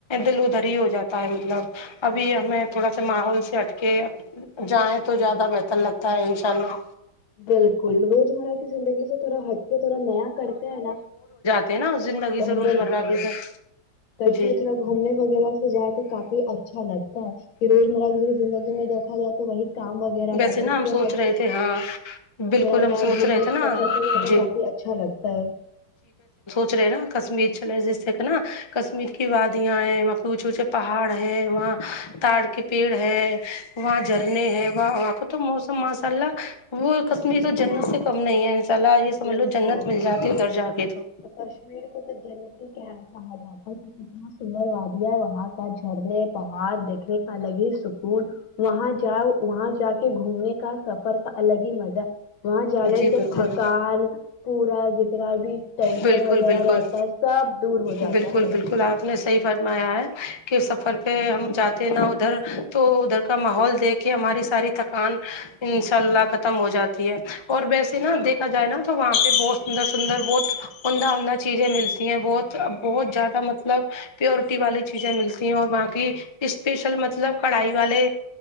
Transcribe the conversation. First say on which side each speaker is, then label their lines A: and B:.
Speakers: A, on the left (about 45°); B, on the left (about 75°).
A: دل ادھری ہی ہو جاتا ہے مطلب ابھی ہمیں تھوڑا سا ماحول سے ہٹ کے جائیں تو زیادہ بہ تر لگتا ہے ان شاء اللہ
B: بالکل روزمرہ کی زندگی سے تھوڑا ہٹ کے تھوڑا نیا کرتے ہے نا
A: تھے نا زندگی
B: تو
A: سے
B: ہم
A: روزمرہ
B: بالکل
A: کی سے
B: <unintelligible>
A: جی
B: گھومنے وغیرہ سے جائے تو کافی اچھا لگتا ہے کہ روزمرہ جسے زندگی میں دیکھا جائے تو وہی کام وغیرہ
A: ویسے
B: رہتا
A: نا
B: اس
A: ہم سوچ
B: سے ہٹ
A: رہے
B: کے
A: تھے ہاں بالکل
B: تھوڑا
A: ہم
B: نیے
A: سوچ
B: گھومنے
A: رہے تھے نا
B: سفر پہ جائے تو
A: جی
B: کافی اچھا لگتا ہے
A: چلے نا کشمیر چلے جیسے کہ نا کشمیر کی وادیاں ہیں وہاں پے اوچھے پہاڑ ہے وہاں تار کے پیڑ ہے وہاں جھرنے ہیں وہ کو تو موسم ماشاء اللہ وہ کشمیر تو جنت سے کم نہیں ہے سلاح یہ سمجھ
B: بالکل
A: لو جنت مل جاتی ہے ادھر جا کے تو
B: کشمیر کو تو جنت ہی کیا کہا جات اتنا سندر وادیا ہے وہاں کا جھرنے پہاڑ دیکھنے کا الگ ہی سکون وہاں جاؤ وہاں جا کے گھومنے کا سب سفر کا الگ ہی مزہ ہے وہاں جانے
A: جی
B: سے
A: بالکل
B: تھکان پورا جتنا بھی ٹینشن
A: بالکل
B: وغیرہ
A: بالکل
B: رہتا ہے سب دور ہو
A: بالکل
B: جاتا ہے
A: بالکل اپ نے صحیح فرمایا ہے کہ سفر پہ ہم جاتے نا ادھر تو ادھر کا ماحول دیکھ کہ ہماری ساری تھکان انشاء اللہ ختم ہو جاتی ہے اور ویسے نا دیکھا جائے نا تو وہاں پہ بہت سندر سندر بہت عدہ عمدہ چیزیں ملتی ہیں بہت بہت زیادہ مطلب پیورٹی والی چیزیں ملتی ہیں اور وہاں کی اسپیشل مطلب کڑھائی والے